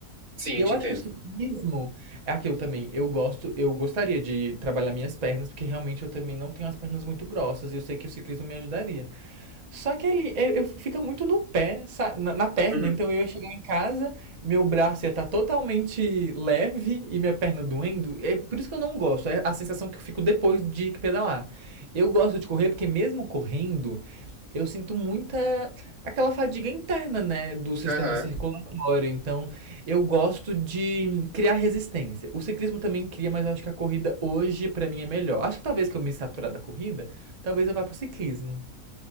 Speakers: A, on the right; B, on the right.
A: Sim,
B: E eu
A: te
B: acho
A: entendo.
B: que o ciclismo é aquilo também. Eu gosto, eu gostaria de trabalhar minhas pernas, porque realmente eu também não tenho as pernas muito grossas e eu sei que o ciclismo me ajudaria. Só que ele eu, eu fica muito no pé, sa- na, na perna.
A: Uhum.
B: Então eu ia chegar em casa, meu braço ia estar totalmente leve e minha perna doendo. É por isso que eu não gosto. É a sensação que eu fico depois de pedalar. Eu gosto de correr porque mesmo correndo, eu sinto muita aquela fadiga interna, né, do sistema
A: Aham.
B: circulatório. Então eu gosto de criar resistência. O ciclismo também cria, mas eu acho que a corrida hoje pra mim é melhor. Acho que talvez que eu me saturar da corrida, talvez eu vá pro ciclismo.